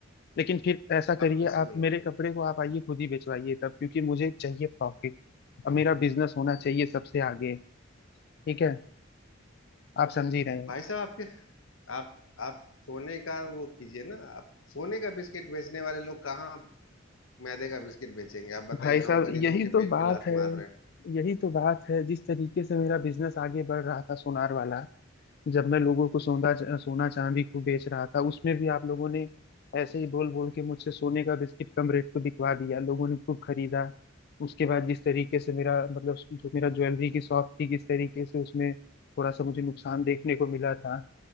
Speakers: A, on the left; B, on the left.
A: लेकिन फिर ऐसा
B: आप
A: करिए
B: इसमें
A: आप
B: मत
A: मेरे कपड़े को आप आइए खुद ही बेचवाइए तब क्योंकि मुझे चाहिए प्रॉफिट और मेरा बिजनेस होना चाहिए सबसे आगे ठीक है आप समझ ही रहे हैं
B: भाई साहब आपके आप आप सोने का वो कीजिए ना आप सोने का बिस्किट बेचने वाले लोग कहाँ मैदे का बिस्किट बेचेंगे आप बताइए
A: भाई साहब
B: हम गरीबों
A: यही
B: के
A: तो
B: पेट
A: बात
B: पे लात
A: है
B: मार रहे हैं
A: यही तो बात है जिस तरीके से मेरा बिजनेस आगे बढ़ रहा था सोनार वाला जब मैं लोगों को सोना सोना चांदी को बेच रहा था उसमें भी आप लोगों ने ऐसे ही बोल बोल के मुझसे सोने का बिस्किट कम रेट पे बिकवा दिया लोगों ने खूब खरीदा उसके बाद जिस तरीके से मेरा मतलब जो मेरा ज्वेलरी की शॉप थी किस तरीके से उसमें थोड़ा सा मुझे नुकसान देखने को मिला था